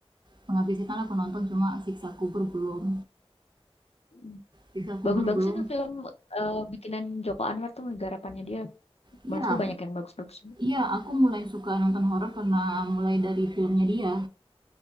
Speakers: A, on the right; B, on the left.
A: Pengabdi Setan aku nonton cuma Siksa Kubur belum.
B: Mhm,
A: Siksa Kubur
B: bagus-bagus
A: belum.
B: itu film, eee, bikinan Joko Anwar tuh garapannya dia,
A: Iya,
B: menurutku banyak yang bagus-bagus.
A: iya aku mulai suka nonton horor karena mulai dari filmnya dia.